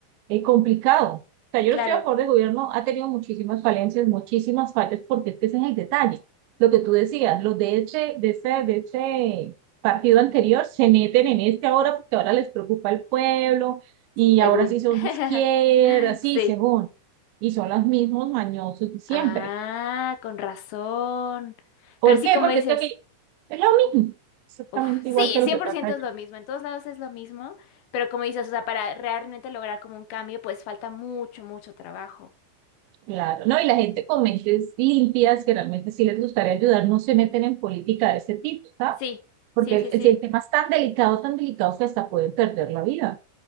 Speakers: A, on the right; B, on the left.
A: eh, complicado. O sea, yo
B: claro,
A: no estoy a favor del gobierno, ha tenido muchísimas falencias, muchísimas fallas, porque es que ese es el detalle. Lo que tú decías, los de ese, de ese, de ese partido anterior se meten en este ahora porque ahora les preocupa el pueblo y
B: según.
A: ahora sí son
B: <laughs>
A: de izquierda, así
B: Sí.
A: según. Y son los mismos mañosos de siempre.
B: Ah, con razón.
A: ¿Por
B: Pero sí,
A: qué?
B: como
A: Porque
B: dices,
A: es que aquí es lo mismo, exactamente
B: uf, sí,
A: igual que
B: cien
A: lo que
B: por
A: pasa
B: ciento
A: allá.
B: es lo mismo, en todos lados es lo mismo, pero como dices, o sea, para realmente lograr como un cambio, pues falta mucho, mucho trabajo.
A: Claro, ¿no? Y la gente con mentes limpias que realmente sí les gustaría ayudar no se meten en política de ese tipo, ¿sabes?
B: Sí,
A: Porque
B: sí, sí, sí,
A: el, el tema es tan delicado, tan delicado que hasta pueden perder la vida.